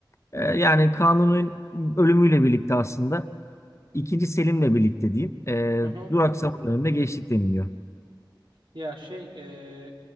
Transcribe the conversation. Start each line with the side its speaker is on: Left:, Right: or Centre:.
Left: E, yani Kanun'un ölümüyle birlikte aslında ikinci Selim'le birlikte diyeyim e,
Right: Hı hı.
Left: duraksama döneminde geçtik deniliyor.
Right: Ya şey e,